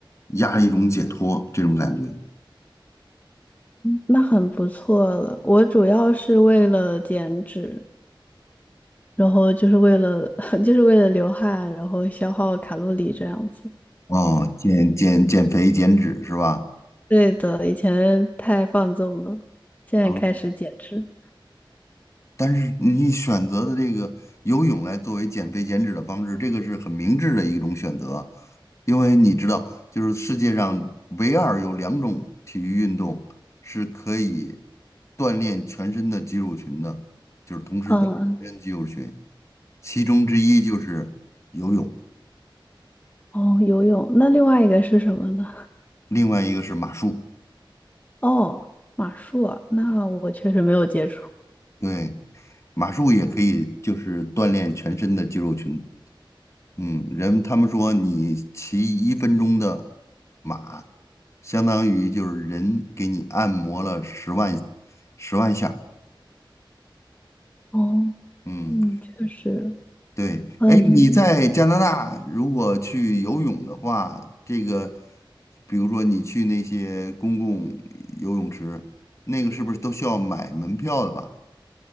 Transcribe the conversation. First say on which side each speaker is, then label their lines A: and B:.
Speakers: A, on the left; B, on the left.
A: 压力中解脱这种感觉。
B: 那很不错了。我主要是为了减脂，然后就是为了 <laughs> 就是为了流汗，然后消耗卡路里这样子。
A: 哦，减减减肥减脂是吧？
B: 对的，以前太放纵了，现在开始减脂。
A: 啊。但是你选择的这个游泳来作为减肥减脂的方式，这个是很明智的一种选择，因为你知道，就是世界上唯二有两种体育运动是可以锻炼全身的肌肉群的，就是同时锻炼全身肌肉群，
B: 嗯嗯。
A: 其中之一就是游泳，
B: 哦，游泳。那另外一个是什么呢？
A: 另外一个是马术，
B: 哦，马术啊，那我确实没有接触。
A: 对，马术也可以就是锻炼全身的肌肉群。嗯，人他们说你骑一分钟的马，相当于就是人给你按摩了十万十万下儿。
B: 哦，
A: 嗯，
B: 嗯，确实，
A: 对。
B: 嗯，
A: 哎，你在加拿大如果去游泳的话，这个比如说你去那些公共游泳池，那个是不是都需要买门票的吧？